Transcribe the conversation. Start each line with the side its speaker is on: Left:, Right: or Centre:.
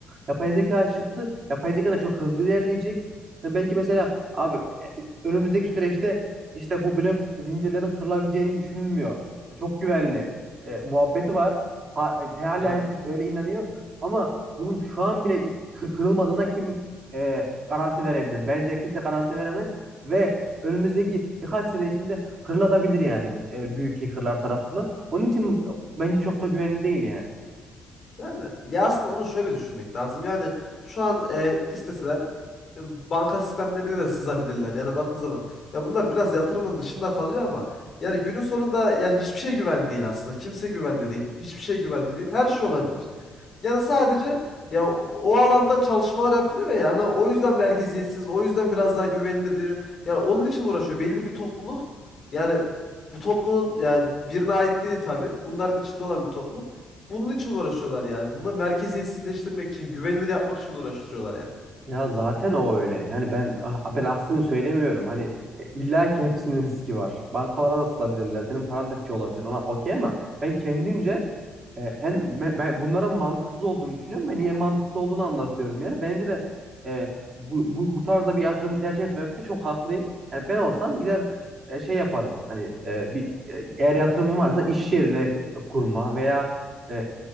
Right: Yapay zeka çıktı. Yapay zeka da çok hızlı ilerleyecek. Hani belki mesela abi e, önümüzdeki süreçte işte bu blok zincirlerin kırılabileceğini düşünülmüyor. Çok güvenli e, muhabbeti var. Ha, e, hala
Left: Evet.
Right: herkes öyle inanıyor. Ama bunun şu an bile kı- kırılmadığına kim e, garanti verebilir? Bence kimse garanti veremez ve önümüzdeki birkaç sene içinde kırılabilir yani e, büyük hackerlar tarafından. Onun için e, bence çok da güvenli değil yani.
Left: Yani ya aslında onu şöyle düşünmek lazım. Yani şu an e, isteseler e, banka sistemlerine de sızabilirler. Yani baktığı zaman ya bunlar biraz yatırımın dışında kalıyor ama yani günün sonunda yani hiçbir şey güven değil aslında. Kimse güvende değil. Hiçbir şey güvende değil. Her şey olabilir. Yani sadece ya o alanda çalışmalar yapılıyor ya. Hani o yüzden merkeziyetsiz, o yüzden biraz daha güvenilir deniyor. Yani onun için uğraşıyor. Belli bir topluluk. Yani bu toplumun yani birine ait değil tabii. Bunların içinde olan bir topluluk. Bunun için uğraşıyorlar yani. Bunu da merkeziyetsizleştirmek için, güvenilir yapmak için uğraştırıyorlar yani.
Right: Ya zaten o öyle. Yani ben ah- ben aksini söylemiyorum. Hani e, illa ki hepsinin riski var. Bankalara da sızabilirler. Senin paran da hiç olabilir. Ona okey ama ben kendimce e, en me- ben bunların mantıksız olduğunu düşünüyorum. Ben niye mantıksız olduğunu anlatıyorum yani. Bence de e, bu, bu bu tarzda bir yatırımı tercih etmemekte çok haklıyım. Yani ben olsam gider e, şey yaparım. Hani e, bir e, eğer yatırımım varsa iş yeriyle kurma veya e,